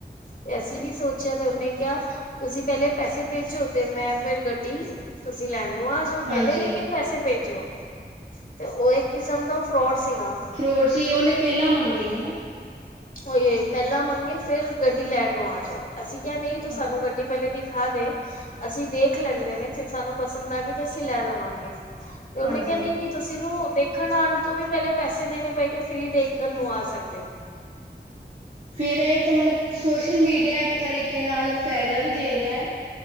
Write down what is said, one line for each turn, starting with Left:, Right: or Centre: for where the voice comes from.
Left: ਤੇ ਅਸੀਂ ਵੀ ਸੋਚਿਆ ਤੇ ਉਹਨੇ ਕਿਹਾ ਤੁਸੀਂ ਪਹਿਲੇ ਪੈਸੇ ਭੇਜੋ ਤੇ ਮੈਂ ਫਿਰ ਗੱਡੀ ਤੁਸੀਂ ਲੈਣ ਨੂੰ ਆ ਦੋ
Right: ਹਾਂਜੀ
Left: ਪਹਿਲੇ ਲੇਕਿਨ ਪੈਸੇ ਭੇਜੋ ਤੇ ਉਹ ਇੱਕ ਕਿਸਮ ਦਾ ਫਰੋਡ ਸੀਗਾ
Right: ਫਰੋਡ ਸੀ ਉਹਨੇ ਪਹਿਲਾਂ ਮੰਗੇ ਹੈਨਾ
Left: ਉਹੀ ਪਹਿਲਾਂ ਮੰਗੇ ਫਿਰ ਗੱਡੀ ਲੈਣ ਨੂੰ ਆ ਜਾਓ ਅਸੀਂ ਕਿਹਾ ਨਹੀਂ ਤੂੰ ਸਾਨੂੰ
Right: ਹਾਂ,
Left: ਗੱਡੀ ਪਹਿਲੇ ਦੇ ਥਾਂ ਤੇ ਅਸੀਂ ਦੇਖ ਲੈਂਦੇ ਨੇ ਫਿਰ ਸਾਨੂੰ ਪਸੰਦ ਆ ਗਏ ਤੇ ਅਸੀਂ ਲੈ ਲਵਾਂਗੇ ਤੇ ਉਹਨੇ
Right: ਹਾਂਜੀ।
Left: ਕਿਹਾ ਨਹੀਂ ਨਹੀਂ ਤੁਸੀਂ ਨੂੰ ਦੇਖਣ ਆਉਣ ਤੋਂ ਵੀ ਪਹਿਲੇ ਪੈਸੇ ਦੇਣੇ ਪਏਂਗੇ ਫਿਰ ਈ ਦੇਖਣ ਨੂੰ ਆ ਸਕਦੇ ਹੋ।
Right: ਫਿਰ ਇਹ ਤਾਂ ਮਤਲਬ ਸੋਸ਼ਲ ਮੀਡੀਆ ਇੱਕ ਤਰੀਕੇ ਨਾਲ ਫਾਇਦਾ ਵੀ ਦੇ ਰਿਹਾ ਹੈ।